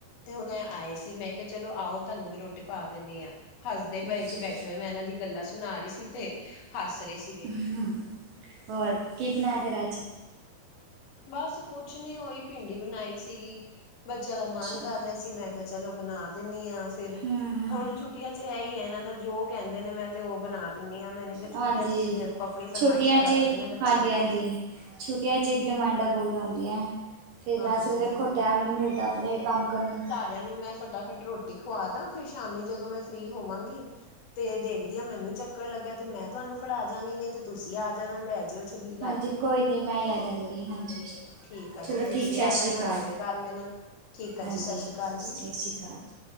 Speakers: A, on the left (about 70°); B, on the right (about 75°).
A: ਤੇ ਹੁਣੇ ਆਏ ਸੀ ਮੈਂ ਕਿਹਾ ਚਲੋ ਆਓ ਤੁਹਾਨੂੰ ਵੀ ਰੋਟੀ ਪਾ ਦਿੰਨੀ ਆ। ਹੱਸਦੇ ਪਏ
B: ਅੱਛਾ
A: ਸੀ ਬੈਠੇ ਹੋਏ ਮੈਂ ਇਹਨਾਂ ਦੀ ਗੱਲਾਂ ਸੁਣਾ ਰਹੀ ਸੀ ਤੇ ਹੱਸ ਰਹੇ ਸੀਗੇ।
B: ਹੂੰ ਹੋਰ ਕੀ ਬਣਾਇਆ ਫਿਰ ਅੱਜ।
A: ਬਸ ਕੁਛ ਨੀ ਉਹੀ ਭਿੰਡੀ ਬਣਾਈ ਸੀਗੀ। ਬੱਚਿਆਂ ਦਾ
B: ਅੱਛਾ
A: ਮਨ ਕਰ ਰਿਹਾ ਸੀ ਮੈਂ ਕਿਹਾ ਚਲੋ ਬਣਾ ਦਿੰਨੀ ਆ ਫਿਰ
B: ਹਮ
A: ਹੁਣ ਛੁੱਟੀ ਆ ਚ ਇਹ ਹੀ ਹੈ ਇਹਨਾਂ ਦਾ ਜੋ ਕਹਿੰਦੇ ਨੇ ਮੈਂ ਤੇ ਉਹ ਬਣਾ ਦਿੰਦੀ ਆ ਮੈਨੇ ਕਿ ਛੁੱਟੀਆਂ
B: ਹਾਂਜੀ
A: ਚੀਜ਼ ਦੇਖੋ ਆਪਣੀ ਫਰਮਾਇਸ਼ਾਂ
B: ਛੁੱਟੀਆਂ 'ਚ
A: ਰੱਖਦੇ ਨੇ ਬੱਚੇ।
B: ਹਾਂਜੀ ਹਾਂਜੀ। ਛੁੱਟੀਆਂ ਚ ਡਿਮਾਂਡਾਂ ਪੂਰੀਆਂ ਹੁੰਦੀਆਂ। ਫਿਰ
A: ਹਾਂਜੀ
B: ਵੈਸੇ ਤਾਂ ਵੇਖੋ
A: ਹਾਂਜੀ
B: ਟਾਇਮ ਨੀ ਮਿਲਦਾ ਆਪਣੇ ਵੀ ਕੰਮ ਕਰਨ ਦਾ
A: ਇਹਨੂੰ ਮੈਂ ਫਟਾਫਟ ਰੋਟੀ ਖਵਾਦਾ ਫਿਰ ਸ਼ਾਮੀ ਜਦੋਂ ਮੈਂ ਫ੍ਰਰੀ ਹੋਵਾਂਗੀ ਤੇ ਦੇਖਦੀ ਆ ਮੈਨੂੰ ਚੱਕਰ ਲੱਗਿਆ ਤੇ ਮੈਂ ਤੁਹਾਨੂੰ ਫੜਾ ਜਾਗੀ ਨਹੀਂ ਤੇ ਤੁਸੀਂ ਆ ਜਾਣਾ ਲੈ ਜਿਓ। ਛਬੀਲ ਆ
B: ਹਾਂਜੀ
A: ਕੇ
B: ਕੋਈ ਨਹੀਂ ਮੈਂ ਆ ਦਾਂਗੀ ਹਾਂਜੀ।
A: ਠੀਕ ਆ
B: ਚਲੋ
A: ਜੀ ਤੁਸੀਂ
B: ਠੀਕ ਸਤਿ
A: ਆ ਜਾਣਾ
B: ਸ਼੍ਰੀ ਅਕਾਲ।
A: ਐਵੇਂ ਕਰ ਲੈਣਾ ਠੀਕ ਆ
B: ਹਾਂਜੀ
A: ਜੀ ਸਤਿ ਸ਼੍ਰੀ ਅਕਾਲ
B: ਸਤਿ
A: ਜੀ।
B: ਸ਼੍ਰੀ ਅਕਾਲ ਜੀ।